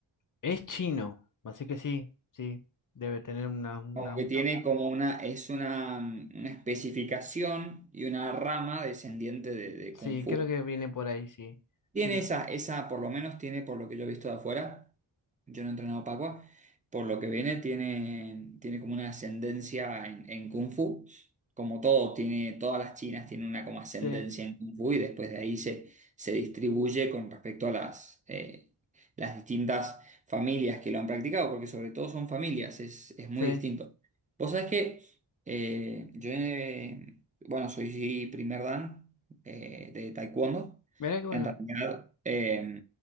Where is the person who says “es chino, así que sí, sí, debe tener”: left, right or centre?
Left